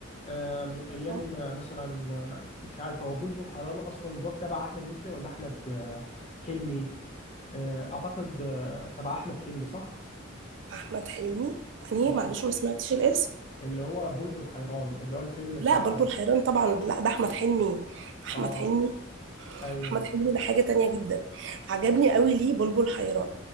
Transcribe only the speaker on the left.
آه، من ايام
آه، مثلا آه، مش عارف هو بلبل حرام اصلا ده تبع احمد مكي ولا احمد آه، حلمي آه، اعتقد آه، تبع احمد حلمي صح
اه
اللي هو بلبل حيران اللي هو الفيلم بتاع
اه
ايوه
صح